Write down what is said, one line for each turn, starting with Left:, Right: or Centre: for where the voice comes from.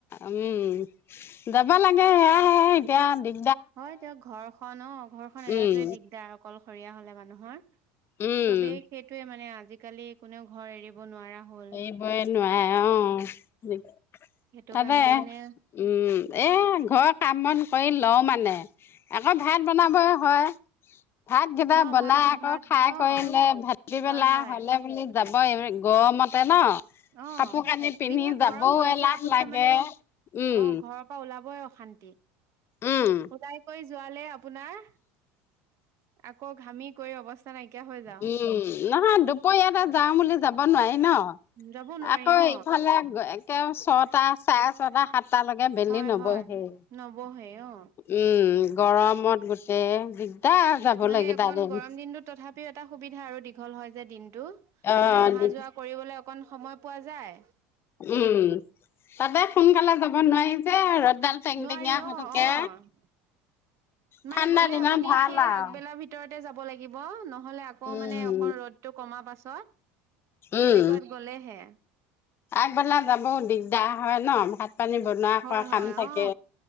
Left: উম, যাব লাগে সেয়াই সেয়াই এতিয়া
Right: হয় তেওঁক ঘৰখন অ', ঘৰখনন এৰাটোৱে
Left: উম,
Right: দিগদাৰ অকলশৰীয়া হলে মানুহৰ
Left: উম।
Right: চবেই সেইটয়ে মানে আজিকালি কোনেও ঘৰ এৰিব নোৱাৰা হ'ল
Left: এই নোৱাৰে আহ
Right: সেইটো
Left: তাতে
Right: কাৰণে মানে
Left: উম এ ঘৰ কাম বন কৰি লও মানে আকৌ ভাত বনাবৈ হয়। ভাত কেইটা
Right: অ
Left: বনাই
Right: ভাত
Left: আকৌ
Right: ভাত
Left: খাই
Right: অ
Left: কৰিলে <unintelligible>
Right: হয়
Left: পেলা
Right: হয়
Left: হলে বুলি যাব এই গৰমতে ন
Right: অ',
Left: কাপোৰ কানি পিন্ধি
Right: যিহে গৰম
Left: যাবও
Right: হৈছে
Left: এলাহ
Right: আপোনাৰ
Left: লাগে
Right: মানে অ
Left: উম
Right: ঘৰৰ পৰা ওলাবই অ', শান্তি
Left: উম
Right: সদাই কৰি যোৱালে আপোনাৰ আকৌ ঘামি কৰি অৱস্থা নাইকিয়া হৈ যাওঁ।
Left: উম নহয় দুপৰীয়াতে যাওঁ বুলি যাব নোৱাৰি। ন
Right: যাব নোৱাৰি
Left: আকৌ
Right: অ
Left: এইফালে একে ছটা চাৰে ছটা সাতটালৈকে বেলি
Right: হয়
Left: নবহে।
Right: হয় নবহে অ
Left: উম গৰমত গোটেই দিগদাৰ যাবলে
Right: মানে
Left: এইকেইটা
Right: অকন
Left: দিন।
Right: গৰম দিনটোত তথাপিও এটা সুবিধা আৰু দি দীঘল হয় যে দিনতটো
Left: অ
Right: মানে অহা
Left: দি
Right: যোৱা কৰিবলৈ অকন সময় পোৱা যায়।
Left: উম তাতে সোনকালে যাব নোৱাৰি। যে ৰ'দডাল টেংটেঙীয়া
Right: নোৱাৰি অ
Left: হৈ থাকে
Right: অহ। মানে
Left: ঠাণ্ডা
Right: গ'লে
Left: দিনত
Right: আপুনি
Left: ভাল
Right: সেই
Left: আও
Right: আগবেলা ভিতৰত তে যাব লাগিব নহ'লে আকৌ
Left: উম
Right: মানে অক ৰ'দটো কমাৰ পাছত
Left: উম
Right: তেনেকুৱাত গ'লেহে
Left: আগবেলা যাবও দিগদাৰ হয় ন ভাত পানী বনোৱা
Right: হয়
Left: খোৱা
Right: হয়
Left: কাম থাকে
Right: অ